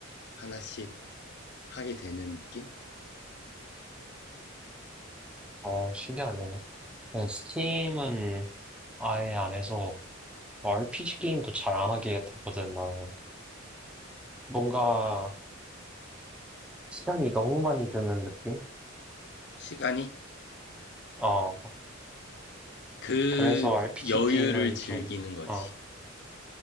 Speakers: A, on the left (about 55°); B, in the centre.
A: 하나씩 하게 되는 느낌?
B: 어, 신기하네. 네,
A: 음.
B: 스팀은 아예 안 해서 어, RPG 게임도 잘 안 하게 되거든, 나는. 뭔가 시간이 너무 많이 드는 느낌?
A: 시간이
B: 어,
A: 그
B: 그래서 RPG
A: 여유를
B: 게임은
A: 즐기는
B: 좀,
A: 거지.
B: 어,